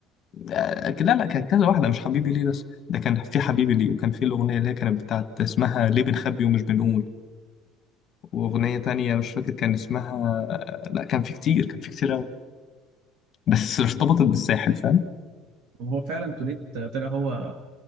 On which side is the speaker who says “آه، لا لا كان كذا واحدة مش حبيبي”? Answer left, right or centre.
Left